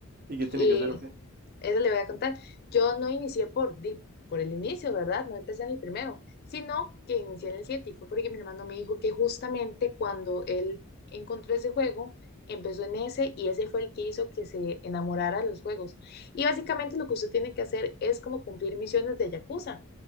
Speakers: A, on the right; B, on the left.
A: ¿Y qué tiene
B: Y
A: que hacer o qué?
B: eso le voy a contar. Yo no inicié por, di- por el inicio, ¿verdad? No empecé en el primero, sino que inicié en el 7 y fue porque mi hermano me dijo que justamente cuando él encontró ese juego, empezó en ese y ese fue el que hizo que se enamorara de los juegos. Y básicamente lo que usted tiene que hacer es como cumplir misiones de Yakuza.